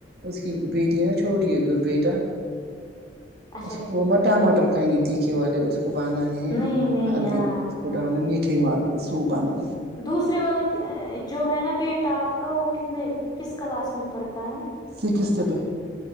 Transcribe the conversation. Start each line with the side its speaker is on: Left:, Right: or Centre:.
Right: اس کی بیٹی ہے نا چھوٹی ہےبھی اور بیٹا
Left: اچھا
Right: اس
Left: ٹھیک
Right: کو وہ ٹماٹر کھائیں گے تھکے والے اس کو بنا
Left: نہیں نہیں
Right: ہلدی
Left: ہاں
Right: اس کو
Left: ہاں
Right: ڈالنا میٹے سوپ آنا
Left: دوسرے والے کے ا جو ہے نا بیٹا آپ کا وہ کتنے کس کلاس میں پڑھتا ہے
Right: سکستھ میں